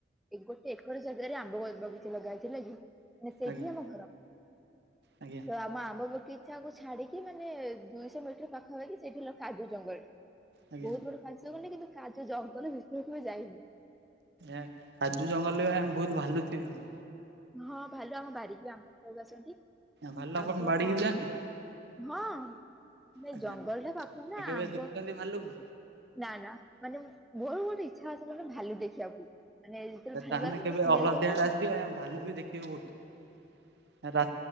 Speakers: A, in the centre; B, on the right.
A: ଗୋଟେ ଏକର ଜାଗାରେ ଆମ୍ବ ବଗିଚା ଲଗାହେଇଛି ହେଲାକି। ହଁ ସେଠିଁ
B: ଆଜ୍ଞା
A: ଆମ ଘର।
B: ଆଜ୍ଞା
A: ତ ଆମ ଆମ୍ବ ବଗିଚାକୁ ଛାଡିକି ମାନେ ଦୁଇଶହ ମିଟର ପାଖ ହେଇକି ସେଇଠି ହେଲା କାଜୁ ଜଙ୍ଗଲ
B: ଆଜ୍ଞା।
A: ବହୁତ ବଡ କାଜୁ ହବନି କିନ୍ତୁ କାଜୁ ଜଙ୍ଗଲ ଭିତରକୁ ବି ଯାଇନୁ।
B: ଏ କାଜୁ ଜଙ୍ଗଲରେ ବହୁତ ଭାଲୁଥିବେ ବି।
A: ହଁ ଭାଲୁ ଆମ ବାରିକି ବି ଆମ୍ବ ଖାଇବାକୁ ଆସନ୍ତି
B: ଭାଲୁ ଆପଣ
A: ଆମ୍ବ
B: ବାଡିକି
A: ପଣସ
B: ବି ଯାଆନ୍ତି?
A: ହଁ, ମାନେ
B: ଆଜ୍ଞା
A: ଜଙ୍ଗଲଟା ପାଖ ନା
B: କେବେ
A: ଆମ୍ବ
B: ଦେଖିଛନ୍ତି ଭାଲୁକୁ?
A: ନା ନା ମାନେ ମୋର ଗୋଟେ ଇଚ୍ଛା ଅଛି କଣ କହିଲ ଭାଲୁ ଦେଖିବାକୁ। ମାନେ ଯେତେବେଳେ ଭାଲୁ
B: ତାହେଲେ
A: ଆସେ
B: କେବେ
A: ଗୋଟେ ସ୍ମେଲ
B: ଅଳତୀ
A: ଟା ହୁଏନି
B: ଆଡେ ଆସିବେ ଆଜ୍ଞା ଭାଲୁ ବି ଦେଖିବେ ବହୁତ ରା-